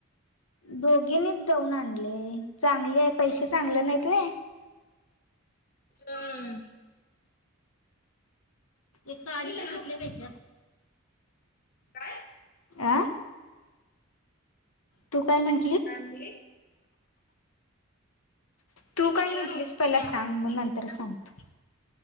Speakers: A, on the left (about 85°); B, on the left (about 45°).
A: दोघीनीच जाऊन आणले चांगले आहे पैसे चांगले नाहीत व्हय
B: हम्
A: एक साडी
B: मी येणार
A: तर घेतलीय का इचार
B: काय
A: आं तू काय म्हण
B: काय म्हणली
A: तू
B: मी
A: काय
B: घेणार
A: म्हंटलीस
B: होते
A: पहिला सांग मग नंतर सांगतो